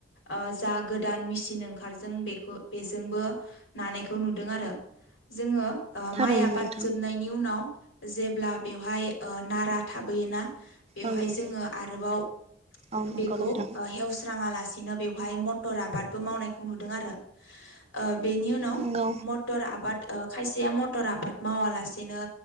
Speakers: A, on the left; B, on the right.
A: ओ जा गोदान मेसिन। ओंखारजों बेखौ बेजोंबो नानायखौ नुदों आरो। जोङो ओ
B: थारैनो
A: माइ आबाद
B: नोंथां
A: जोबनायनि उनाव जेब्ला बेवहाय ओ नारा थाबोयोना। बेवहाय
B: औ नंगौ
A: जोङो आरोबाव
B: औ नंगौ
A: बेखौ
B: नोंथां
A: ओ हेवस्राङाला। सि बेयावहाय मटर आबादबो मावनायखौ नुदों आरो ओ बेनि उनाव।
B: नंगौ
A: मटर आबाद ओ खायसेया मट मटर आबाद मावालासेनो